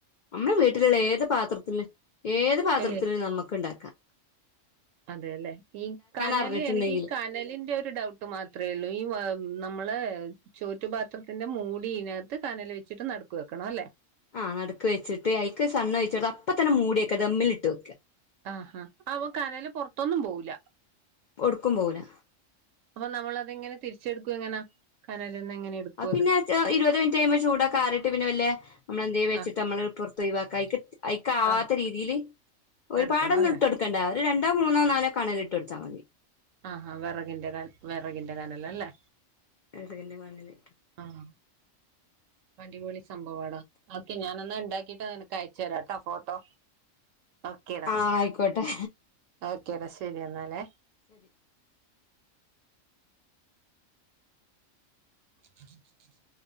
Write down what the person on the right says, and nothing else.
വലിയ
അതെല്ലെ ഈ കനല്
എനിക്ക് ഈ കനലിന്റെ ഒരു ഡൗട്ട് മാത്രേ കു ഈനമ്മളെ ചോറ്റുപാത്രത്തിന്റെ മൂടി ഇതിനകത്ത് കനൽ വെച്ചിട്ട് നടക്ക് വെക്കണം അല്ലേ?
ആഹാ അപ്പൊ കനല് പൊറത്തൊന്നും പോവില്ല
അപ്പൊ നമ്മളതെങ്ങനെ തിരിച്ചെടുക്കും എങ്ങനാ കനൽന്ന് എങ്ങനെ എടുക്കും
അത്
ആഹ്
ആഹ്
എടുക്കണം അല്ലെ
ആഹാ വെറകിന്റെൻ വെറകിന്റെ കനല് അല്ലേ?
ആഹ് അടിപൊളി സംഭവാടാ ഓക്കെ ഞാനാ ഉണ്ടാക്കിട്ട് നിനക്ക് അയച്ചു തരാംട്ടോ ഫോട്ടോ ഓക്കേടാ
ഓക്കേടാ ശരി എന്നാലേ
<inaudible>